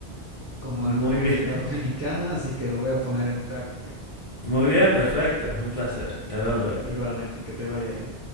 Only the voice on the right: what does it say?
como
en República
Dominicana, así que lo voy a poner en práctica.
Igualmente, que te vaya bien.